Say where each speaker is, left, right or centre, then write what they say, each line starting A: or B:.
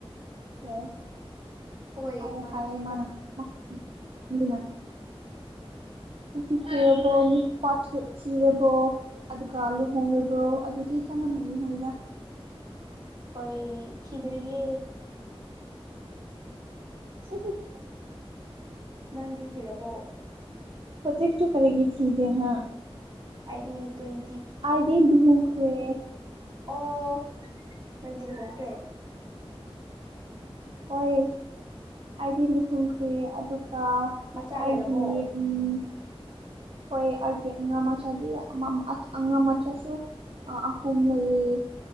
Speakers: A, on the right; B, on the right.
A: ꯌꯥꯏ
B: ꯍꯣꯏ
A: ꯍꯥꯏꯌꯦ
B: ꯃꯥꯟꯅꯩꯌꯦꯗ
A: ꯍꯥꯏꯌꯦ ꯃꯥꯅ ꯃꯛ ꯃꯤꯅ ꯅꯨꯄꯤ ꯊꯤꯔꯕꯣ ꯅꯨꯄꯥ ꯊꯨ ꯊꯤꯔꯕꯣ ꯑꯗꯨꯒ ꯂꯨꯍꯣꯡꯔꯕ꯭ꯔꯣ ꯑꯗꯨꯗꯤ ꯆꯞ ꯃꯥꯟꯅꯩ ꯍꯥꯏꯗ
B: ꯍꯣꯏ ꯊꯤꯗ꯭ꯔꯤꯌꯦ
A: <inaudible>
B: ꯅꯪꯗꯤ ꯊꯤꯔꯕꯣ
A: ꯍꯧꯖꯤꯛꯁꯨ ꯀꯔꯤꯒꯤ ꯊꯤꯗꯦ ꯍꯥ
B: ꯑꯩꯗꯤ ꯇꯣꯏꯟ
A: ꯑꯩꯗꯤ ꯂꯨꯍꯣꯡꯈ꯭ꯔꯦ
B: ꯑꯣ ꯅꯪꯗꯤ ꯂꯨꯍꯣꯡꯈ꯭ꯔꯦ
A: ꯍꯣꯏ ꯑꯩꯗꯤ ꯂꯨꯍꯣꯡꯈ꯭ꯔꯦ ꯑꯗꯨꯒ ꯑꯩꯒꯤ
B: ꯃꯆꯥ ꯂꯩꯔꯕꯣ
A: ꯎꯝ ꯍꯣꯏ ꯑꯩꯒꯤ ꯑꯉꯥꯡ ꯃꯆꯥꯗꯤ ꯑꯃꯝ ꯑꯉꯥꯡ ꯃꯆꯥꯁꯨ ꯑꯥ ꯑꯍꯨꯝ ꯂꯩꯌꯦ